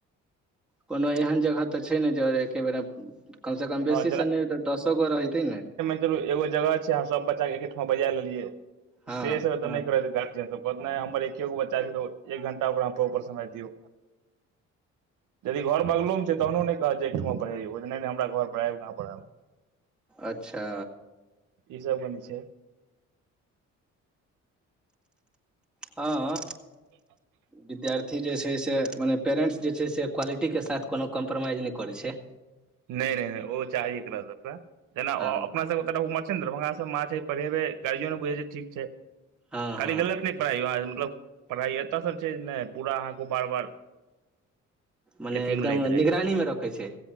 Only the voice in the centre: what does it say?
कोनो एहन जगह तऽ छै नय जे एके बेर, मे कम से कम बेसी
स नय दसो गो रहते ने
हँ
हँ
अच्छा
हाँ अ
विद्यार्थी जे छै से मने पेरेन्ट्स जे छै से क्वालिटी के साथ कोनो कम्प्रोमाइज नय करै छै
हँ
हँ
हँ
मने
एकदम
निगरानी
मे रखै छै